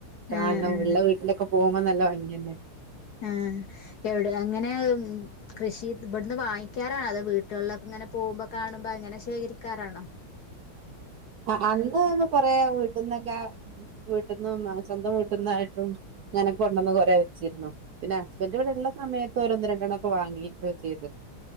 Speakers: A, on the right; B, on the left.
A: കാണണം
B: ആഹ് ആഹ്
A: ഇള്ള വീട്ടിലൊക്കെ പോവുമ്പോ നല്ലെ ഭംഗ്യല്ലേ.
B: ആഹ് എവ്ടെ എങ്ങനെ അഹ് ഉം കൃഷി ഇബട്ന്ന് വാങ്ങിക്ക്യാറാണോ അതോ വീട്ട്ള്ളൊക്കങ്ങനെ പോവുമ്പോ കാണുമ്പോ അങ്ങനെ ശേഖരിക്കാറാണോ?
A: ആഹ് ആഹ് അന്ന് ന്ന് കൊറേ വീട്ട്ന്നൊക്ക വീട്ട്ന്നും അങ്ങ സ്വന്തം വീട്ട്ന്നായിട്ടും ഇങ്ങനെ കൊണ്ടന്ന് കൊറേ വെച്ചിര്ന്നു. പിന്നെ ഹസ്ബൻ്റ് ഇവടെള്ള സമയത്ത് ഓരോന്ന് രണ്ടെണ്ണൊക്കെ വാങ്ങി ക്കൊ ചെയ്ത്.